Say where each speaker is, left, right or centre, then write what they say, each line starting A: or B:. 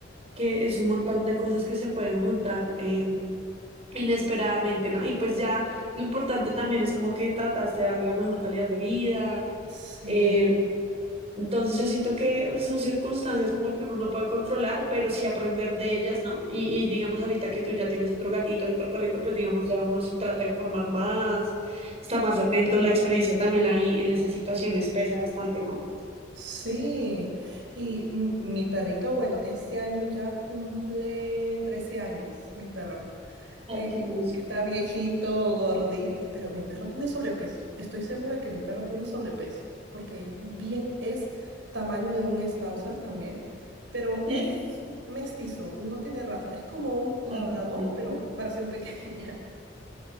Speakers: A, on the right; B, on the right.
A: que es un montón de cosas que se pueden juntar eh, inesperadamente, ¿no? Y pues ya lo importante también es como que trataste de darle la mejor calidad de vida.
B: Sí,
A: eh, entonces yo siento que son circunstancias como que uno no puede controlar, pero sí aprender de ellas, ¿no? Y, y digamos ahorita que tú ya tienes otro gatito y otro perrito, pues digamos ya uno se trata de informar más, está más atento, la experiencia también ahí en esas situaciones pesa bastante, ¿no?
B: sí. Y m- mi perrito, bueno, este año ya cumple 13 años, mi perro.
A: Ay,
B: Eh,
A: qué hermoso.
B: está viejito, gordito, pero mi perro tiene sobrepeso. Estoy segura que mi perro tiene sobrepeso, porque bien es tamaño de un schnauzer también, pero
A: Sí,
B: es mestizo, no tiene raza. Es como un labrador,
A: ay, ay,
B: pero
A: ay.
B: versión pequeña. <laughs>